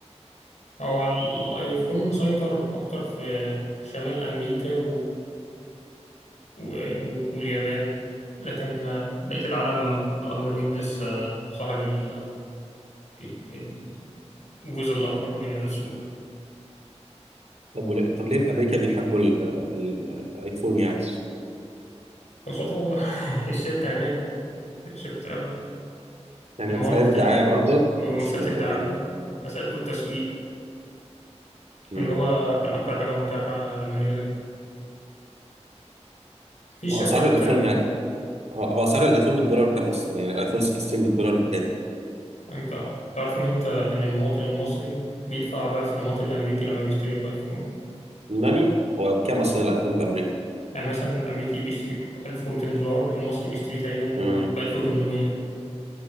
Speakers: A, on the left; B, on the right.
A: هو الآيفون مسيطر أكتر في شمال أمريكا و- واليابان لكن بقية العالم الأندرويد لسه صاحب ال- ال- الجزء الأكبر من السوق
B: طب وليه... طب ليه في امريكا بيحبوا ال... ال- الايفون يعني
A: خاصة <laughs> الشركة هناك شركة أبل
B: يعني
A: الماركتينج
B: مساله دعايه برضه
A: و- ومسألة
B: مش ما...
A: الدعاية
B: ولا ما
A: مسألة التسويق
B: امم
A: اللي هو كان أكتر حاجة متاحة لما نزل في
B: واسعار
A: شركات
B: الايفون
A: آه،
B: يعني هو هو اسعار الايفون بالدولار كام اصلا يعني الايفون 16 بالدولار بكام
A: أنت تعرف إن أنت إن المواطن المصري بيدفع ضعف المواطن الأمريكي لما بيشتري الأيفون
B: ناني هو بكام اصلا الايفون في امريكا
A: يعني مثلا الأمريكي بيشتري ب 1200 دولار المصري بيشتري تقريبا
B: امم
A: ب 1800